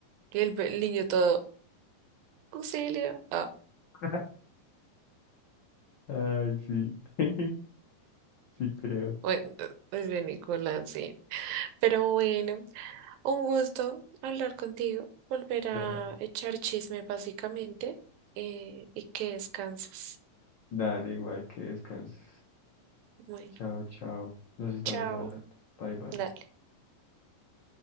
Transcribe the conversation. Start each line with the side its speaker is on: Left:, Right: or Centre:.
Right: Y el, pe- el niño todo, auxilio. Ah,
Left: <laughs> Ay, sí. <laughs> Sí creo.
Right: bueno, es de Nicolás, sí. Pero bueno, un gusto hablar contigo, volver a
Left: Dale.
Right: echar chisme básicamente eh, y que descanses.
Left: Dale, igual que descanses.
Right: Bueno,
Left: Chao, chao. Nos estamos
Right: chao.
Left: hablando. Bye, bye.
Right: Dale.